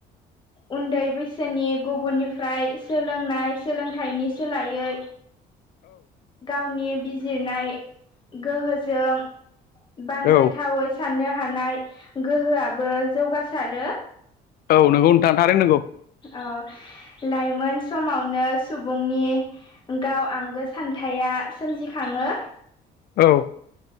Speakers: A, on the left (about 30°); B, on the left (about 65°).
A: उन्दै बैसोनि गुबुननिफ्राय सोलोंनाय सोलोंथाइनि सोलायै गावनि बिजिरनाय गोहोजों बानजायथावै
B: औ
A: साननो हानाय गोहोआबो जौगासारो
B: औ नोंगौ नोंथां थारैनो नोंगौ।
A: औ लाइमोन समावनो सुबुंनि गाव आंगो सानथाया सोमजिखाङो।
B: औ